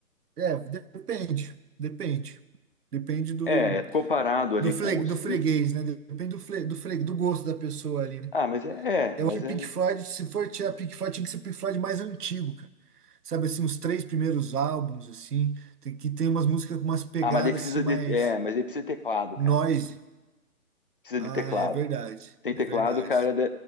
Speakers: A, on the right (about 80°); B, on the left (about 35°).
A: é, depende, depende. Depende do,
B: É comparado ali
A: do, fle,
B: com o
A: do
B: Scream,
A: freguês, né? Depende do, fle, do, fle, do gosto da pessoa ali, né?
B: Ah, mas é, é,
A: Eu
B: mas
A: acho que
B: é.
A: Pink Floyd, se for tirar Pink Floyd, tinha que ser Pink Floyd mais antigo, cara. Sabe assim, os três primeiros álbuns, assim, tem, que tem umas músicas com umas pegadas
B: Ah, mas daí precisa
A: assim mais
B: de. É, mas daí precisa de teclado,
A: noise.
B: cara. Precisa
A: Ah,
B: de teclado.
A: é verdade,
B: Tem
A: é
B: teclado,
A: verdade.
B: cara. da-